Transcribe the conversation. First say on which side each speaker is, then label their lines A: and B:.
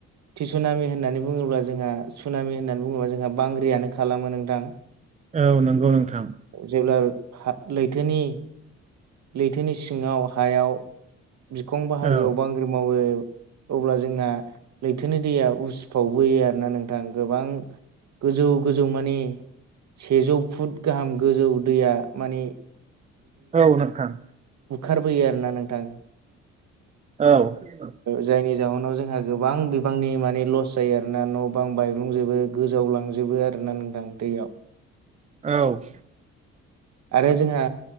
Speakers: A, on the right; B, on the right.
A: थिसुनामि होननानै बुङोब्ला जोंहा सुनामि होननानै बुङोब्ला जोंहा बांग्रियानो खालामो नोंथां
B: औ नंगौ नोंथां
A: जेब्ला लैथोनि लैथोनि सिङाव हायाव बिखं बाहागोआव
B: औ
A: बांग्रि मावो अब्ला जोंना लैथोनि दैया उसफावबोयो आरोना नोंथां गोबां गोजौ गोजौ माने सेजौ फुट गाहाम गोजौ दैया माने
B: औ नोंथां।
A: बंखारबोयो आरोना नोंथां।
B: औ।
A: जायनि जउनाव जोंहा गोबां बिबांनि माने लस जायो आरोना न' बां बायग्लुंजोबो गोजावलांजोबो आरोना नोंथां दैयाव।
B: औ।
A: आरो जोंहा